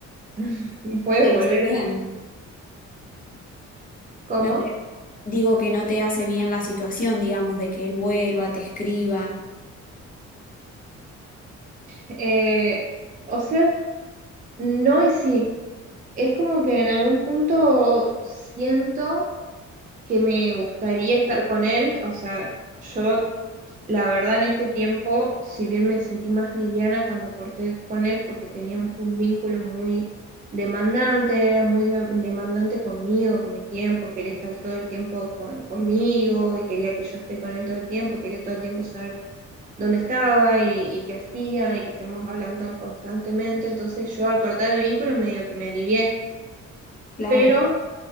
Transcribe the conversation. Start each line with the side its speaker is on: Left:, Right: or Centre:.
Right: <laughs> puede
Left: No te
Right: volver
Left: hace bien.
Right: a... ¿Cómo?
Left: No te... Digo que no te hace bien la situación, digamos, de que él vuelva, te escriba.
Right: Eh, o sea, no y sí. Es como que en algún punto siento que me gustaría estar con él. O sea, yo la verdad en este tiempo, si bien me sentí más liviana cuando corté con él porque teníamos un vínculo muy demandante, él era muy de- demandante conmigo, con mi tiempo, quería estar todo el tiempo con- conmigo y quería que yo esté con él todo el tiempo, quería todo el tiempo saber dónde estaba y, y qué hacía y que estemos hablando constantemente. Entonces yo al cortar el vínculo medio que me alivié,
Left: Claro,
Right: pero